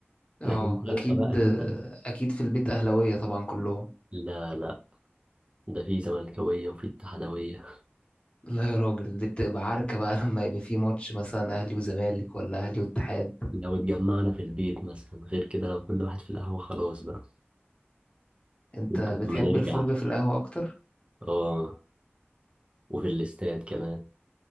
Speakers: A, on the left (about 25°); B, on the right (about 30°).
A: اه
B: لكن فجاه
A: اكيد
B: بقى كده
A: اكيد في البيت اهلاوية طبعا كلهم
B: لا لا ده في زملكاويه وفي اتحادويه
A: لا يا راجل دي بتبقى عركة بقى <laughs> لما يبقى في ماتش مثلا اهلي وزمالك ولا اهلي واتحاد
B: لو اتجمعنا في البيت مثلا غير كده لو كل واحد في القهوه خلاص بقى
A: انت
B: ممكن لما
A: بتحب
B: نرجع
A: الفرجة في القهوة اكتر
B: اه وفي الاستاد كمان